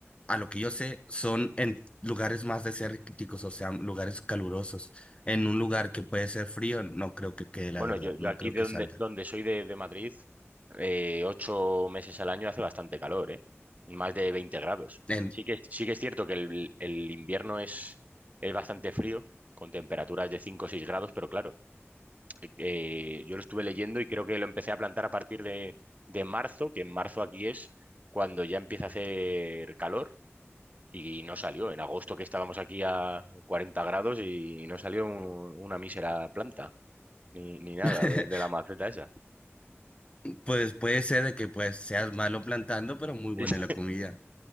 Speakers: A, on the left; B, on the right.
A: a lo que yo sé, son en lugares más desérticos, o sea, lugares calurosos. En un lugar que puede ser frío, no creo que quede, la
B: Bueno,
A: verdad,
B: yo, yo
A: no
B: aquí
A: creo
B: de
A: que
B: donde,
A: salga.
B: donde soy de, de Madrid, eh, ocho meses al año hace bastante calor, ¿eh? Más de 20 grados.
A: En-
B: Sí que, es- sí que es cierto que el, el invierno es, es bastante frío, con temperaturas de 5 o 6 grados, pero claro, eh, eh, yo lo estuve leyendo y creo que lo empecé a plantar a partir de, de marzo, que en marzo aquí es cuando ya empieza a hacer calor y no salió. En agosto que estábamos aquí a 40 grados y no salió un- una mísera planta, ni, ni nada
A: <laughs>
B: de de la maceta esa.
A: pues puede ser de que pues seas malo plantando, pero muy buena
B: <laughs>
A: la comida.